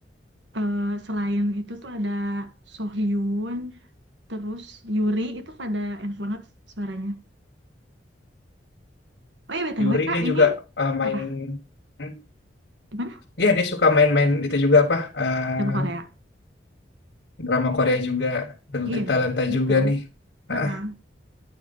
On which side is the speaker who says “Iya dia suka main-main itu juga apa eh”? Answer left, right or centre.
Left